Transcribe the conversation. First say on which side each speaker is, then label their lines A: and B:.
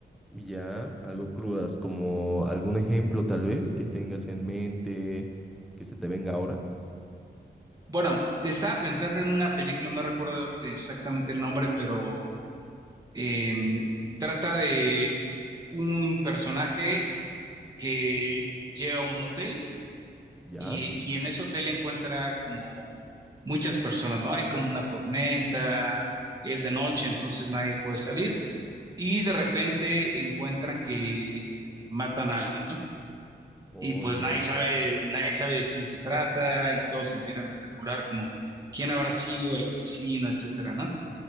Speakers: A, in the centre; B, on the right.
A: ya, algo crudas, como algún ejemplo tal vez que tengas en mente que se te venga ahora.
B: Bueno, estaba pensando en una película, no recuerdo exactamente el nombre, pero em, trata de un personaje que llega a un hotel
A: Ya.
B: y, y en ese hotel encuentra como muchas personas, ¿no? Hay como una tormenta, es de noche, entonces nadie puede salir y de repente encuentran que eh, matan a alguien, ¿no?
A: Oye,
B: y pues nadie
A: ve.
B: sabe, nadie sabe de quién se trata y todos empiezan a especular como quién habrá sido el asesino, etcétera, ¿no?